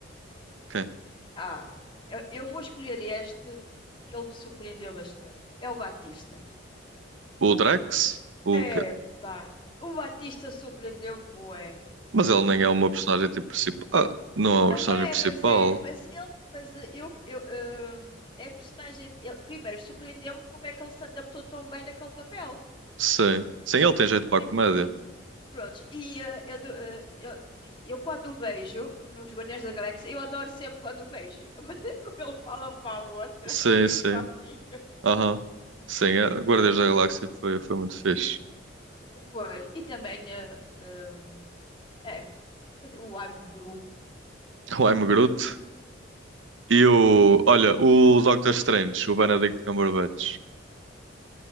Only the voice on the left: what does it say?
Ah, eu, eu vou escolher este porque ele me surpreendeu bastante. É o Batista.
É,
pá. O Batista surpreendeu-me bué.
Não
é,
mas é, mas ele, mas eh, eu, eu, hum, é personagem. ele- primeiro, surpreendeu-me como é que ele se adaptou tão bem naquele papel.
Pri-
Prontos, e eh, eu, do- eh, eu, eu quando o vejo nos Guardiões da Galáxia, eu adoro sempre quando o vejo. <laughs> A maneira como ele fala para a outra,
que tem
os corninhos.
Foi, e também, eh, hum, é, mas o I'm Gru.